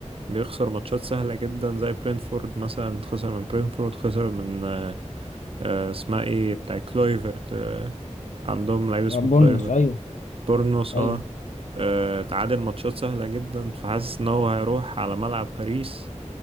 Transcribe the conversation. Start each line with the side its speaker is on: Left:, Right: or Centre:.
Right: بيخسر ماتشات سهلة جدا زي برينفورد مثلا خسر من برينفورد خسر من آه، آه، اسمها إيه بتاع كلويفرت آه، عندهم لعيب اسمه
Left: يعني بورنموث
Right: كلويفرت
Left: ايوه
Right: بورنوس
Left: ايوه
Right: اه آه، تعادل ماتشات سهلة جدا فحاسس ان هو هيروح على ملعب باريس